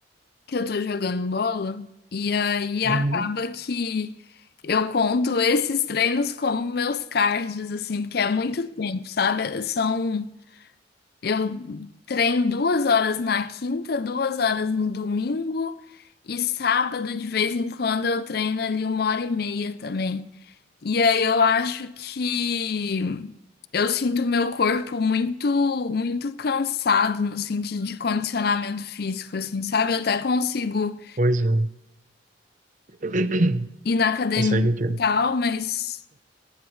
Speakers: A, on the left; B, on the right.
A: que eu tô jogando bola, e aí acaba
B: Uhum.
A: que eu conto esses treinos como meus cards, assim, porque é muito tempo, sabe? São Eu treino duas horas na quinta, duas horas no domingo e sábado de vez em quando eu treino ali uma hora e meia também. E aí eu acho que eu sinto meu corpo muito, muito cansado no sentido de condicionamento físico, assim, sabe? Eu até consigo
B: Pois é. <coughs> <clears throat>
A: ir na academia
B: Consegue o quê?
A: e tal, mas